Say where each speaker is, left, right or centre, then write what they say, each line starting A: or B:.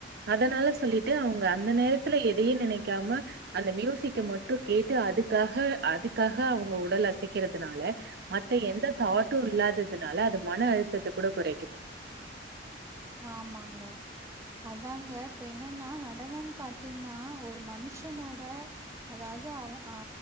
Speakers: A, on the right; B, on the right.
A: அதனால சொல்லிட்டு அவுங்க அந்த நேரத்துல எதயும் நினைக்காம அந்த மியூசிக்க மட்டும் கேட்டு அதுக்காக அதுக்காக அவங்க உடல் அசைக்கிறதுனால மத்த எந்த தாட்டும் இல்லாததுனால அது மன அழுத்தத்த கூட குறைக்குமா
B: ஆமாங்க அதாங்க இப்ப என்னன்னா நடனன்ன பாத்தீங்கன்னா ஒரு மனுஷனோட அதாவுது ஆ